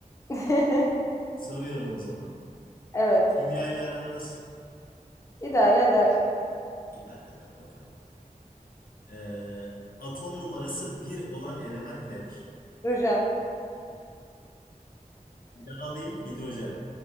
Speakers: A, on the left; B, on the left.
A: <laughs>
B: Soruyorum o zaman.
A: Evet.
B: Kimyayla aran nasıl?
A: İdare eder.
B: İdare eder bakalım. Ee, atom numarası bir olan element nedir?
A: Hidrojen.
B: Bir daha alayım. Hidrojen.